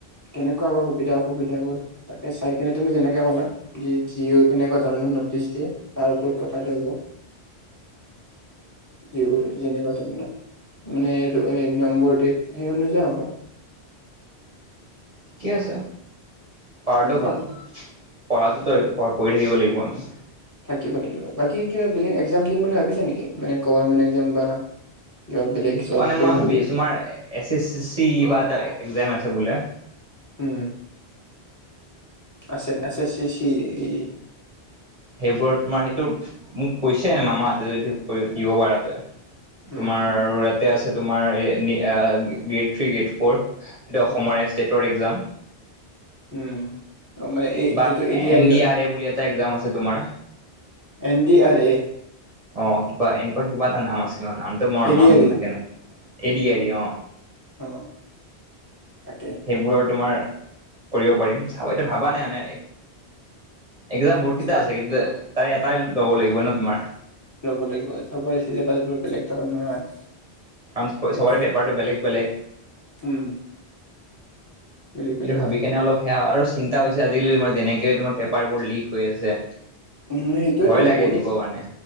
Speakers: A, on the left; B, on the right.
A: কেনেকুৱা বাৰু সুবিধা অসুবিধাবোৰ তাকে চাই কিনে তুমি যেনেকে কলা কি কি হৈ পিনে বা কেনেকুৱা ধৰণৰ নটিছ দিয়ে তাৰ ওপৰত কথাটো হ'ব কি অ যেনে কোৱা ধৰনৰ মানে নম্বৰ <unintelligible> সেই অনুযায়ী হ'ব
B: ঠিকে আছে
A: ঠিকে
B: কৰাটো
A: আছে
B: ভাল
A: দে
B: পঢ়াটোতো পঢ়ি থাকিব লাগিব আমি
A: থাকিব লাগিব বাকী কিবা বেলেগ একজাম দিম বুলি ভাবিছা নেকি মানে গভামেণ্ট একজাম বা কিবা বেলেগ
B: সেইটো
A: জব
B: কাৰণে
A: কৰিম
B: মই ভাবিছোঁ
A: বুলি
B: তোমাৰ এছ এছ চি কিবা এটা একজাম আছে বোলে
A: উম আছে আছে চি চি ই
B: সেইবোৰৰ তোমাৰ সেইটো মোক কৈছে মামাহঁতে যদি দিব পাৰা তই
A: উম
B: তোমাৰ আৰু ইয়াতে আছে তোমাৰ এ আ গ্ৰেদ থ্ৰী গ্ৰেদ ফৰ এইটো অসমৰ
A: উম
B: ষ্টেটৰ একজাম
A: উম অ, মানে এই
B: বা
A: যিটো এ
B: এন
A: ই
B: ডি
A: হয়
B: আৰ এ বুলি এটা একজাম আছে তোমাৰ
A: এন ডি আৰ এ
B: অ কিবা এনেকুৱা কিবা এটা নাম আছিল নামটো মোৰ
A: এ
B: মনত
A: ডি আৰ
B: নাথাকে
A: ই
B: ন এ দি আৰ ই অ
A: অ তাকেই,
B: সেইবোৰ আৰু তোমাৰ কৰিব পাৰিম চাবা এইটো ভাবা নাই মানে, এক্সজাম বহুত
A: আচ্ছা
B: কেইটা আছে কিন্তু তাৰে এটাই ল'ব লাগিব ন তোমাৰ।
A: ল'ব লাগিব চবৰে চিলেবাছবোৰ বেলেগ ধৰণৰ।
B: <unintelligible>
A: সেইটোৱে
B: চবৰে পেপাৰটো বেলেগ বেলেগ।
A: উম, বেলেগ বেলেগ
B: এইটো ভাবি
A: হয়
B: কেনে অলপ। সেয়া আৰু চিন্তা হৈছে আজিকালি তোমাৰ যেনেকে তোমাৰ পেপাৰবোৰ লীক, হৈ আছে
A: উম সেইটোয়েতো
B: ভয় লাগে
A: বহুত
B: দিব কাৰণে